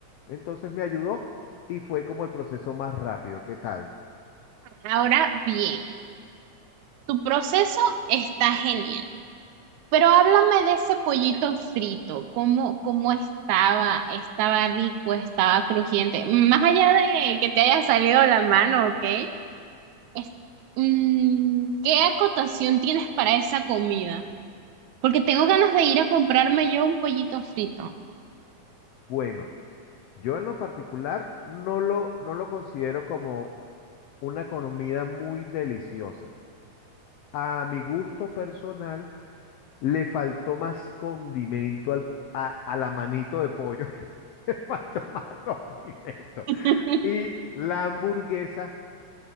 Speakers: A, on the left (about 80°); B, on the right (about 80°).
A: Entonces me ayudó y fue como el proceso más rápido. ¿Qué tal?
B: Ahora bien, tu proceso está genial, pero háblame de ese pollito frito, cómo, cómo estaba, estaba rico, estaba crujiente, más allá de que te haya salido la mano, ¿ok? Es- mm, ¿qué acotación tienes para esa comida? Porque tengo ganas de ir a comprarme yo un pollito frito.
A: Bueno, yo en lo particular no lo, no lo considero como una comida muy deliciosa. A mi gusto personal, Le faltó más condimento al- a, a la manito de pollo. <laughs> Le faltó más condimento.
B: <laughs>
A: Y la hamburguesa,